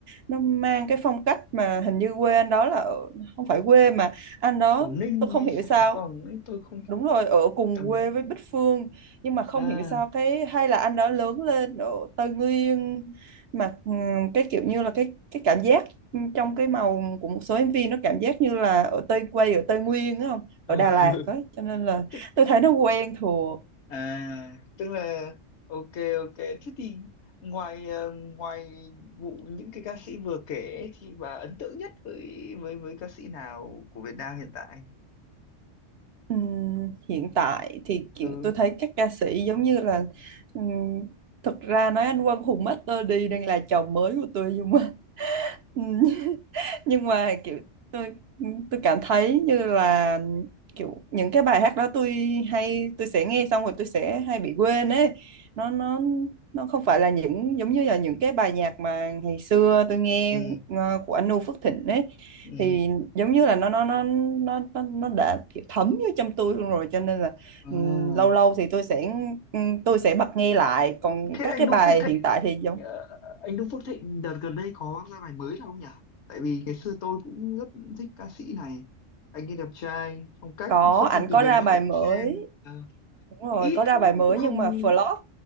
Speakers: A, on the right; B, on the left.
A: nó mang cái phong cách mà hình như quê anh đó là ở, không phải quê mà anh đó
B: Quảng Ninh
A: tôi không
B: hay
A: hiểu
B: Hải
A: sao
B: Phòng ấy tôi không
A: đúng rồi ở cùng
B: tầm
A: quê
B: đấy
A: với Bích Phương nhưng mà không
B: à
A: hiểu sao cái hay là anh đó lớn lên ở Tây Nguyên mà ừm, cái kiểu như là cái cái cảm giác trong cái màu của một số MV nó cảm giác như là ở Tây quê ở Tây Nguyên á không ở
B: ừ.
A: Đà Lạt
B: <laughs>
A: á cho nên là
B: Thích.
A: tôi thấy nó quen thừa
B: à tức là ok ok thế thì ngoài ờ, ngoài vụ những cái ca sĩ vừa kể ấy, thì bà ấn tượng nhất với với với ca sĩ nào của Việt Nam hiện tại
A: Ừm, hiện tại thì kiểu
B: ừ
A: tôi thấy các ca sĩ giống như là ừm, thực ra nói anh Quang Hùng Master D đang là chồng mới của tôi nhưng mà <laughs> ừm, nhưng mà kiểu tôi tôi cảm thấy như là kiểu những cái bài hát đó tôi hay tôi sẽ nghe xong rồi tôi sẽ hay bị quên ấy nó nó nó không phải là những giống như là những cái bài nhạc mà ngày xưa tôi nghe
B: ừ
A: ờ, của anh Noo Phước Thịnh ấy
B: ừ
A: thì giống như là nó nó nó nó nó, nó đã kiểu thấm vô trong tôi luôn rồi cho nên là
B: à
A: ừm, lâu lâu thì tôi sẽ ừm, tôi sẽ bật nghe lại còn
B: Thế
A: các
B: anh
A: cái
B: Đu
A: bài
B: Phước Thịnh
A: hiện tại thì giống
B: ờ, anh Đu Phước Thịnh đợt gần đây có ra bài mới nào không nhỉ? Tại vì ngày xưa tôi cũng rất thích ca sĩ này. Anh ấy đẹp trai, phong cách
A: có
B: xuất thân
A: ảnh
B: từ
A: có
B: người
A: ra
B: mẫu
A: bài mới
B: sang ờ,
A: Đúng rồi,
B: ít
A: có ra bài
B: nó
A: mới
B: cũng không
A: nhưng mà flop.